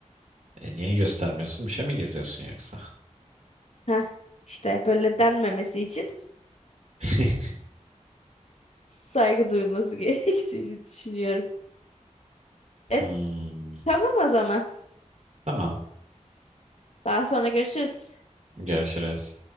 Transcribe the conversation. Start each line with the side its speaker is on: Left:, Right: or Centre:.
Right: E niye göstermiyorsun? Bir şey mi gizliyorsun yoksa?
Left: Heh, işte böyle denmemesi için
Right: <laughs>
Left: <laughs> saygı duyulması gerektiğini düşünüyorum. E
Right: Hmm,
Left: tamam o zaman.
Right: tamam.
Left: Daha sonra görüşürüz.
Right: Görüşürüz.